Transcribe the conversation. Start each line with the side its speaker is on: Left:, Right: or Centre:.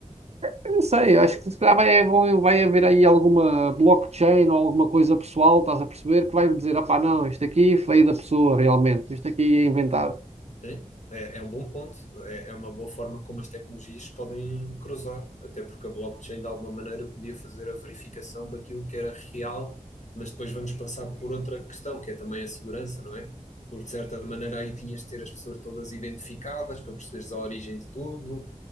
Right: eu não sei, acho que se calhar vai, vão- vai haver aí alguma blockchain ou alguma coisa pessoal, estás a perceber, que vai dizer, opá, não, isto aqui foi da pessoa realmente, isto aqui é inventado.
Left: Sim, é, é um bom ponto. É, é uma boa forma como as tecnologias podem cruzar, até porque a blockchain de alguma maneira podia fazer a verificação daquilo que era real, mas depois vamos passar por outra questão, que é também a segurança, não é? Porque de certa maneira aí tinhas de ter as pessoas todas identificadas para perceberes a origem de tudo,